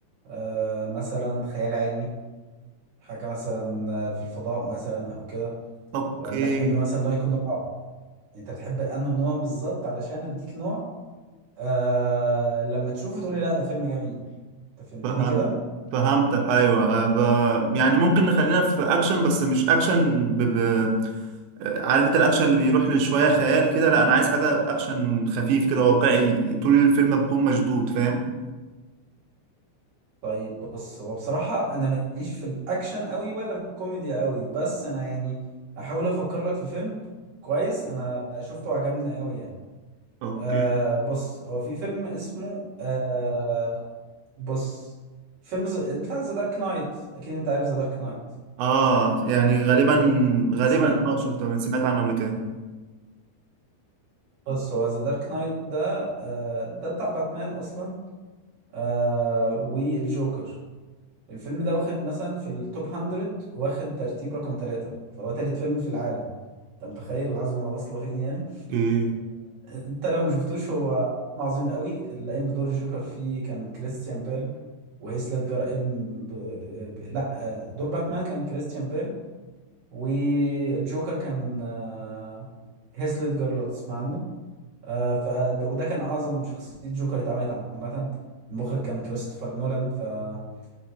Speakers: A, on the right; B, on the right.
A: آه مثلا خيال علمي حاجة مثلا آه، في الفضاء مثلا او كده
B: اوكي
A: ولا تحب مثلا ان هو يكون رعب يعني انت بتحب انه نوع بالظبط علشان اديك نوع آه لما تشوفه تقولي لا ده فيلم جميل انت فهمتني
B: فهم
A: كده
B: فهمتك ايوه آه، ب... يعني ممكن نخلينا في اكشن بس مش اكشن ب... ب... آه، عارف انت الاكشن اللي بيروح لشويه خيال كده لا انا عايز حاجه اكشن خفيف كده واقعي طول الفيلم بكون مشدود فاهم
A: طيب بص هو بصراحة انا ماليش في الاكشن قوي ولا الكوميدي قوي بس انا يعني هحاول افكر لك في فيلم كويس انا شفته وعجبني قوي يعني
B: اوكي
A: آه بص هو في فيلم اسمه آه بص فيلم ز... بتاع ذا دارك نايت اكيد انت عارف ذا دارك نايت
B: اه يعني غالبا غالبا
A: سمعت
B: اه شفته أنا سمعت عنه قبل كده
A: بس هو ذا دارك نايت ده آه، ده بتاع باتمان اصلا آه، والجوكر الفيلم ده واخد مثلا في التوب 100 واخد ترتيب رقم ثلاثة فهو تالت فيلم في العالم انت متخيل العظمة واصلة فين يعني
B: اوكي
A: انت لو ما شفتوش هو فيلم عظيم قوي اللي قايم بدور الجوكر فيه كان كريستيان بيل وهيث ليدجر قايم ب... ب... لا آه، دور باتمان كان كريستيان بيل والجوكر كان آه، هيث ليدجر لو تسمع عنه آه ف وده كان اعظم شخصيه جوكر اتعملت عامه المخرج كان كريستوفر نولان فالفيلم